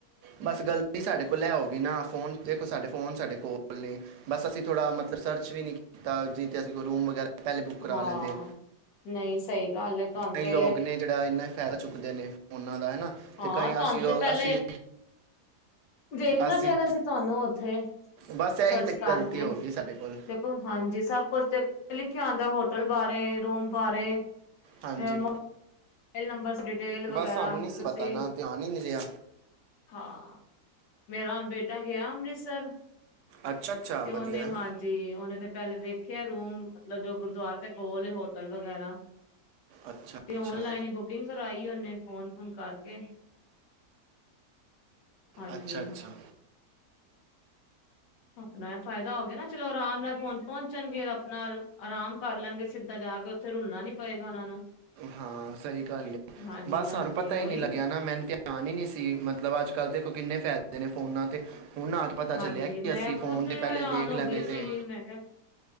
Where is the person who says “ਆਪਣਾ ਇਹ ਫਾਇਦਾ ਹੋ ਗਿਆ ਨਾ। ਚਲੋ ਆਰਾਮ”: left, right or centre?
Left